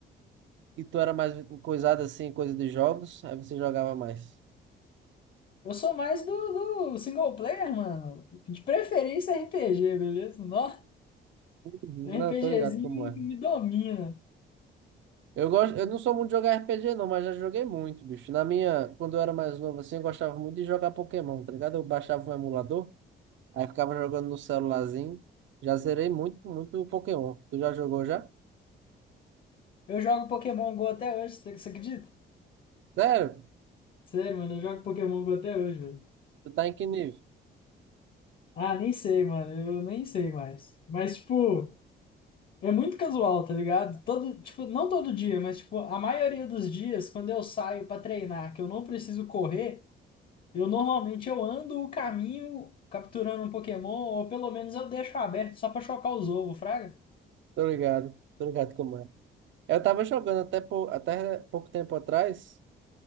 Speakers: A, on the right; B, on the left.
A: E tu era mais coisado assim, coisa de jogos, aí você jogava mais.
B: Eu sou mais do, do single player, mano. De preferência RPG, beleza? Nossa,
A: Não,
B: RPGzinho
A: tô ligado como é.
B: me domina.
A: Eu gosto, eu não sou muito de jogar RPG não, mas já joguei muito, bicho. Na minha, quando eu era mais novo assim, eu gostava muito de jogar Pokémon, tá ligado? Eu baixava um emulador, aí ficava jogando no celularzinho. Já zerei muito, muito o Pokémon. Tu já jogou já?
B: Eu jogo Pokémon Go até hoje, você você acredita?
A: Sério?
B: Sério, mano, eu jogo Pokémon Go até hoje, mano.
A: Tu tá em que nível?
B: Ah, nem sei, mano, eu nem sei mais. Mas, tipo, é muito casual, tá ligado? Todo, tipo, não todo dia, mas, tipo, a maioria dos dias, quando eu saio pra treinar, que eu não preciso correr, eu normalmente eu ando o caminho capturando um Pokémon, ou pelo menos eu deixo aberto só pra chocar os ovos, fraga?
A: Tô ligado, tô ligado como é. Eu tava jogando até, pou- até pouco tempo atrás,